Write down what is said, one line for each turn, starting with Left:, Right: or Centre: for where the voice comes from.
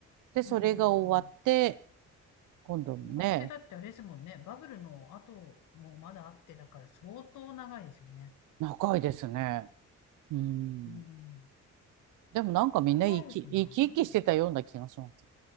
Right: で、それが終わって、
Left: うん、うん。
Right: 今度もね、
Left: 終わってだってあれですもんね。バブルの後もまだあってだから相当長いですよね。
Right: 長いですね。うん。
Left: うん。
Right: でもなんかみんな生き、
Left: そう考えると長いな。
Right: 生き生きしてたような気がします。